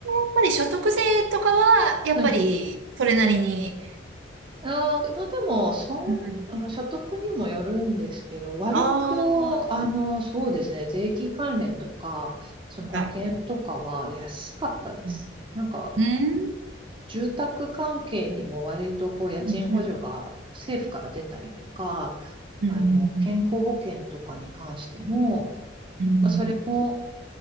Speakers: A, on the right; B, on the right.
A: やっぱり所得税とかは、やっぱりそれなりに。
B: うんあー、まあでも、そん、
A: うん。
B: あの、所得にもよるんですけど、割と、
A: ああ、
B: あの、そうですね、税金関連とか、その保険とかは安かったですね。
A: はい。うん。
B: なんか、
A: うん。
B: 住宅関係にも割とこう、家賃補助が政府から出たりとか、
A: うん。うん。
B: あの、健康保険とかに関しても、
A: うん。うん
B: まあ、それも